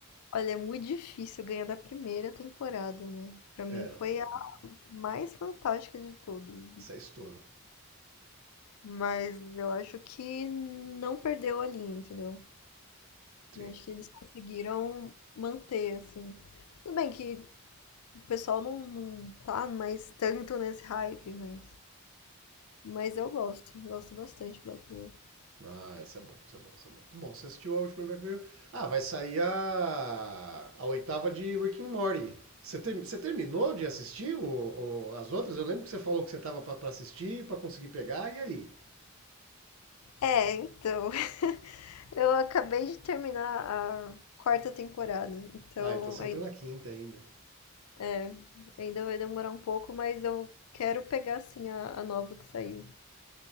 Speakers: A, on the left (about 80°); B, on the right (about 65°).
A: Olha, é muito difícil ganhar da primeira temporada, né? Pra mim
B: É,
A: foi
B: não. é-
A: a mais fantástica de todas.
B: Isso é estouro.
A: Mas eu acho que não perdeu a linha, entendeu?
B: Sim.
A: Eu acho que eles conseguiram manter, assim. Tudo bem que o pessoal não, não tá mais tanto nesse hype, mas, mas eu gosto. Gosto bastante de Black Mirror.
B: Ah, isso é bom, isso é bom, isso é bom. Bom, você assistiu a última Black Mirror? Ah, vai sair a, a oitava de Rick and Morty. Você, ter- você terminou de assistir o- o- as outras? Eu lembro que você falou que você tava pra pra assistir, pra conseguir pegar, e aí?
A: É, então. <laughs> Eu acabei de terminar a quarta temporada, então
B: Ah, então você
A: ai-
B: entrou na quinta ainda.
A: é, ainda vai demorar um pouco, mas eu quero pegar sim a, a nova que saiu.